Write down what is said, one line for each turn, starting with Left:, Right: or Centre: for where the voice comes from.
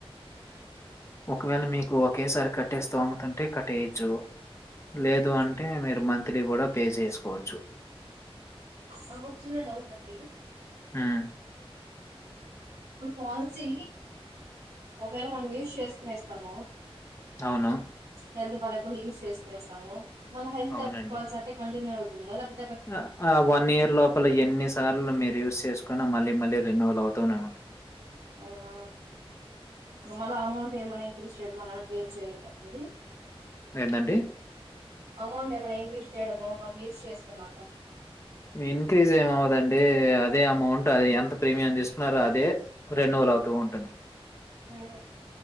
Right: ఉ
Left: ఒకవేళ మీకు ఒకేసారి కట్ కట్టే స్తోమతంటే కట్టేయచ్చు
Right: ఉమ్.
Left: లేదు అంటే మీరు మంత్లీ కూడా పే జేస్కోవచ్చు
Right: నాకోక చిన్న డౌట్ అండి
Left: ఉమ్
Right: ఇప్డు పాల్సీ ఒకవేళ మనం యూజ్ చేసుకొనేస్తాము
Left: అవును
Right: హెల్త్ బాలేకుండ యూజ్ చేస్కునేస్తాము మళ్ళ హెల్త్
Left: అవునండి.
Right: ఫాల్స్ అంటే కంటిన్యూ అవుతుందా లేపోతే
Left: ఆ ఆ వన్ ఇయర్ లోపల ఎన్ని సార్లు మీరు యూజ్ చేసుకున్న మళ్ళీ మళ్ళీ రినువల్ అవుతూనే ఉంటది
Right: అవునా మళ్ళ అమౌంట్ ఏమన ఇంక్రిస్ చేయడం అలాంటివి ఏం చేయరు కదండి
Left: ఏందండి
Right: అమౌంట్ ఏమైనా ఇంక్రీజ్ చేయడము మనం యూజ్ చేసుకున్నాక
Left: ఇంక్రీజ్ ఏమవ్వదండి అదే అమౌంట్ అది ఎంత ప్రీమియం తీసుకున్నారో అదే రెండు వ లవుతూ ఉంటుంది
Right: ఉమ్.